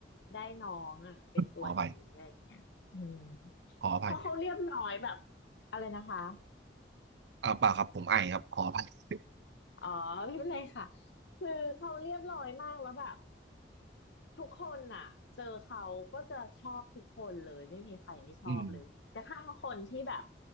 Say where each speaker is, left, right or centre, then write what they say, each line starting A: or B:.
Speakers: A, on the left (about 80°); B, on the right (about 70°).
A: ได้น้องอ่ะเป็นตัวนี้อะไรอย่างเงี้ยอืม
B: ขอไป ขออภัย
A: เพราะเขาเรียบร้อยแบบอะไรนะคะ
B: อ่าเปล่าครับผมไอครับขออภัย
A: อ๋อไม่เป็นไรค่ะคือเขาเรียบร้อยมากแล้วแบบทุกคนน่ะเจอเขาก็จะชอบทุกคนเลยไม่มีใครไม่ชอบเลยกระทั่งคนที่แบบ
B: อืม